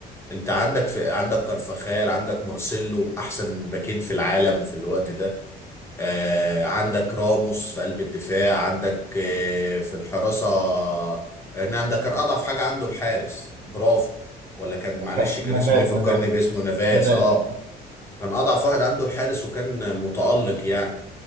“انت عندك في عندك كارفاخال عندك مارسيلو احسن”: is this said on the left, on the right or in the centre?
Left